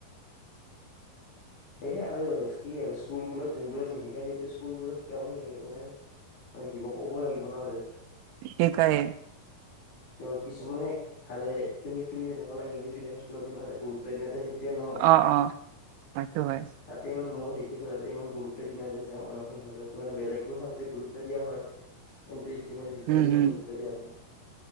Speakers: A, on the left; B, on the right.
A: এ আৰু কি আৰু স্কুলবোৰত যোনবোৰত নিশিকাই সেইটো স্কুলবোৰত শিকাব সেই মানে আমি দিব ক'ব লাগিব। নহয় যে,
B: এই কায়ে
A: তে কিছুমানে আৰে তুমি তুমি যেনেকে কলা ইংলিছ মিডিয়াম স্কুলত ইমান এটা গুৰুত্ব <unintelligible> যে সেইটোৱে ন,
B: অ অ সেইটো হয়
A: তাতে ইমান ময়ো দেখিছোঁ, তাতে ইমান গুৰুত্ব দিনায়ায যে মানে, বেলেগবোৰ চাবজেক্ গুৰত্ব দিয়া হয়। কিন্তু ইটো ইমান বিষয়টো
B: উম,
A: ইমান
B: হুম,
A: গুৰুত্ব দিয়া নহয়।